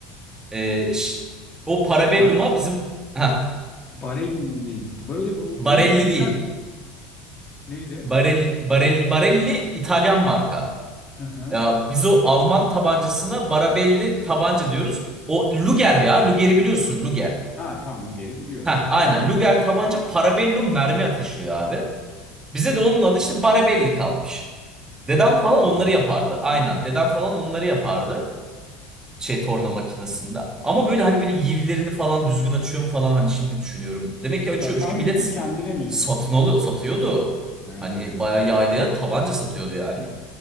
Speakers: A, on the right; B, on the left.
A: E, ş- o Parabellum'a
B: Bar
A: bizim... Heh,
B: Barelli. Böyle bir-
A: Barelli
B: ona benzer
A: değil.
B: neydi?
A: Barel, Barel, Barelli İtalyan marka.
B: Hı hı.
A: Ya biz o Alman tabancasına Barabelli tabanca diyoruz. O Luger
B: Barabelli.
A: ya. Luger'i biliyorsun Luger.
B: Ha tam Luger'i biliyorum.
A: Heh, aynen. Luger tabanca Parabellum mermi ateşliyor abi. Bize de onun adı işte Barabelli kalmış. Dedem falan
B: Aa.
A: onları yapardı. Aynen.
B: Hı hı.
A: Dedem falan onları yapardı. Şey torna makinesinde. Ama böyle hani böyle yivlerini falan düzgün açıyor mu falan hani şimdi düşünüyorum. Demek ki
B: Satar
A: açıyormuş ki millet
B: mıydı
A: s-
B: kendini mi?
A: satın alıyor, satıyordu.
B: Ha,
A: Hani bayağı yaylaya tabanca satıyordu yani.